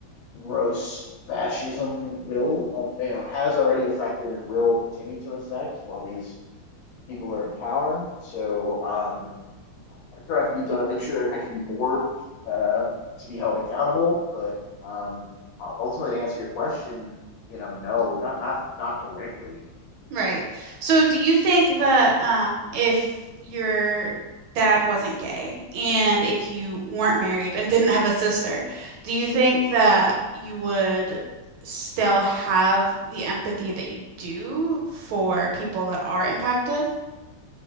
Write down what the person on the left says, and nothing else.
gross fascism will um, you know has already affected and will continue to affect while these people are in power. So um, I'm sure I can be done. I'm sure I, I could do more uh, to be held accountable. But um, ultimately, to answer your question, you know, no, not not not directly.